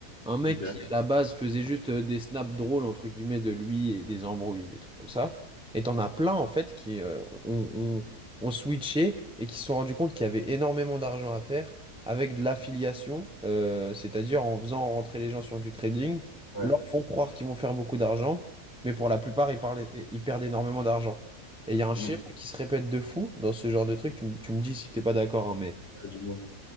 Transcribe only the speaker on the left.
Ok.
Ouais.
Mm.
Ouais, dis-moi.